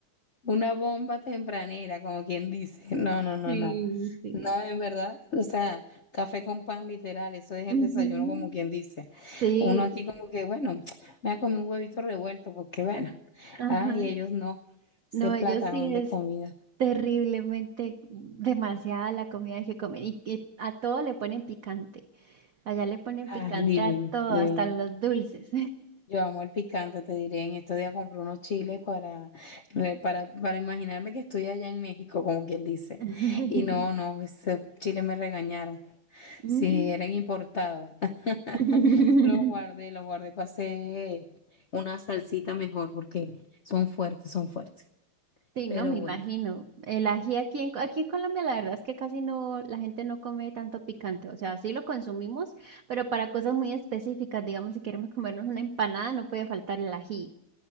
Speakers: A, on the left; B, on the right.
A: Una bomba tempranera, como quien dice. No, no, no,
B: Sí,
A: no.
B: sí.
A: No, en verdad, o sea, café con pan literal, eso es el
B: Ujú.
A: desayuno, como quien dice.
B: Sí,
A: Uno aquí como que, bueno, <tsk> me ha comido un huevito revuelto, porque bueno,
B: ajá.
A: ay, ellos no, ese
B: No,
A: platajón
B: ellos sí
A: de
B: es
A: comida.
B: terriblemente demasiada la comida que comen y que a todo le ponen picante. Allá le ponen picante
A: Ah, divino,
B: a todo,
A: divino.
B: hasta los dulces.
A: Yo amo el picante, te diré, en estos días compré unos chiles para, para, para imaginarme que estoy allá en México, como quien dice.
B: <laughs>
A: Y no, no, esos chiles me regañaron.
B: Mm.
A: Sí, eran importados. <laughs>
B: <laughs>
A: Los guardé, los guardé, pasé una salsita mejor porque son fuertes, son fuertes.
B: Sí,
A: Pero
B: no me imagino.
A: bueno,
B: El ají aquí en, aquí en Colombia, la verdad es que casi no, la gente no come tanto picante. O sea, sí lo consumimos, pero para cosas muy específicas, digamos, si queremos comernos una empanada, no puede faltar el ají.